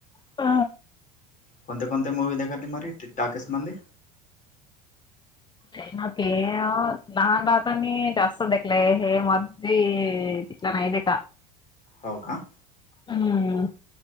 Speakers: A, on the left; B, on the left.
A: अ.
B: कोणते कोणते मूवी देखा तुम्हारी टाकीइस मध्ये.
A: <unintelligible> तिथला नाही देखा.
B: हो का.
A: हम्म